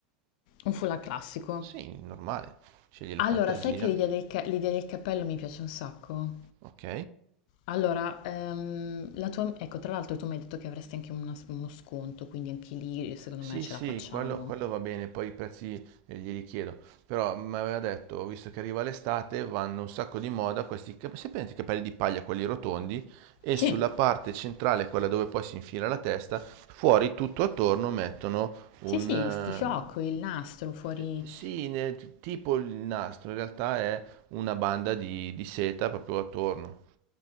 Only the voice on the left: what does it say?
Un foulard classico.
Allora,
sai che l'idea del, ca- l'idea del cappello mi piace un sacco?
Allora, ehm, la tua, ecco, tra l'altro tu mi hai detto che avresti anche una- uno sconto, quindi anche lì secondo
me ce
la facciamo.
Sì,
sì, sì, il fiocco, il nastro fuori